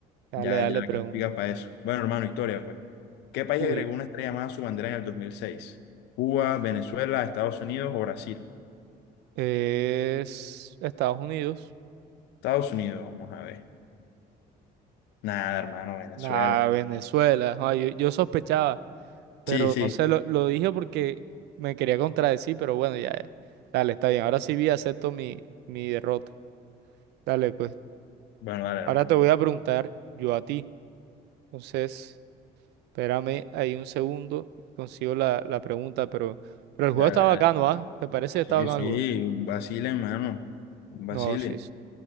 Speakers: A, on the right; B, on the left.
A: Dale,
B: Ya,
A: dale,
B: ya
A: pregunta.
B: calificas para eso. Bueno, hermano, historia, pues. ¿Qué país
A: Uy,
B: agregó una estrella más a su bandera en el 2006? ¿Cuba, Venezuela, Estados Unidos o Brasil?
A: es Estados Unidos.
B: Estados Unidos, vamos a ver. Nada, hermano, Venezuela.
A: Nah, Venezuela. Ah, yo, yo sospechaba, pero
B: Sí, sí.
A: no sé, lo, lo dije porque me quería contradecir, pero bueno, ya. eh. Dale, está bien. Ahora sí vi, acepto mi, mi derrota. Dale, pues.
B: Bueno, dale, hermano.
A: Ahora te voy a preguntar yo a ti. Entonces, espérame ahí un segundo y consigo la, la pregunta, pero, pero el
B: Dale,
A: juego está bacano,
B: dale.
A: ¿ah? ¿Te parece que
B: Sí,
A: está bacano
B: sí,
A: el juego?
B: un Basile, hermano. Un Basile.
A: No, sí. sí.